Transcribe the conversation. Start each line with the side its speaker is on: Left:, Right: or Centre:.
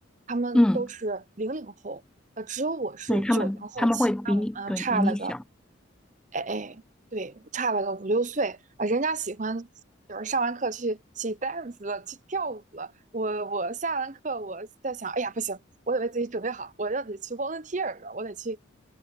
Right: 他们都是零零后，
Centre: 嗯，
Right: 呃，只有我是九零后起，
Centre: 对，他们他们会比你对比你小。
Right: 那我们差了个。
Centre: 嗯
Right: 哎哎，对，差了个五六岁啊，人家喜欢就是上完课去去 dance 了，去跳舞了。我我下完课我在想，哎呀不行，我得为自己准备好，我要得去 volunteer 了，我得去